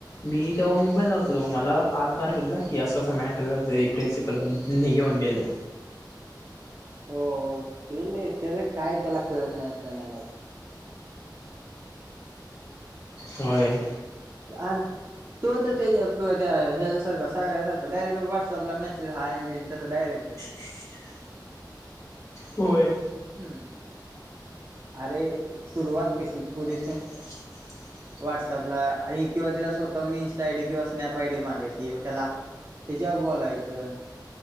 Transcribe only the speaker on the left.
मी तेव्हा मुंबई ला होतो. तो मला
पातदाने आणि बोलला की असं असं मॅटर प्रिन्सिपलपर्यंत नी घेऊन गेले.
होय.
ह
होय
<inaudible>